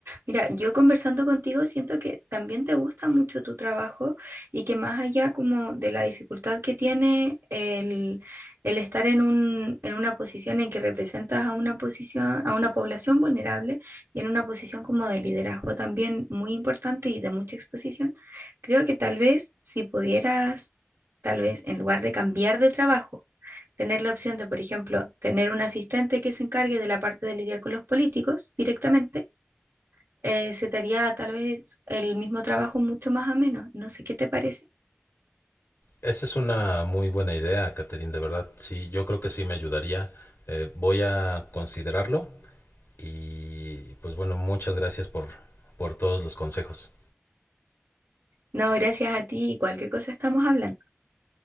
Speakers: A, on the right; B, on the left.
A: Mira, yo conversando contigo siento que también te gusta mucho tu trabajo y que más allá como de la dificultad que tiene el, el estar en un, en una posición en que representas a una posición, a una población vulnerable y en una posición como de liderazgo también muy importante y de mucha exposición, creo que tal vez si pudieras, tal vez en lugar de cambiar de trabajo, tener la opción de, por ejemplo, tener un asistente que se encargue de la parte de lidiar con los políticos directamente, eh, se te haría tal vez el mismo trabajo mucho más ameno. No sé qué te parece.
B: Esa es una muy buena idea, Catherine, de verdad. Sí, yo creo que sí me ayudaría. Eh, voy a considerarlo y pues bueno, muchas gracias por, por todos los consejos.
A: No, gracias a ti y cualquier cosa estamos hablando.